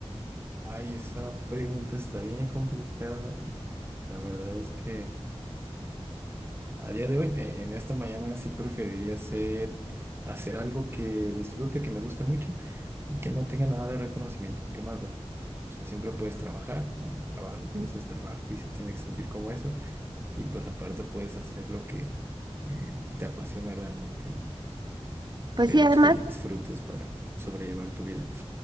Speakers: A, on the right (about 20°); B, on the right (about 45°).
A: Ay, esa pregunta está bien complicada y la verdad es que a día de hoy, eh, en esta mañana sí preferiría hacer, eh, hacer algo que disfrute, que me guste mucho y que no tenga nada de reconocimiento. ¿Qué más da? O sea, siempre puedes trabajar, ¿no? El trabajo
B: Ujú.
A: pues es trabajo y se tiene que sentir como eso. Y pues aparte puedes hacer lo que eh, te apasiona realmente y
B: Pues
A: te
B: sí,
A: guste
B: además,
A: y disfrutes para sobrellevar tu vida.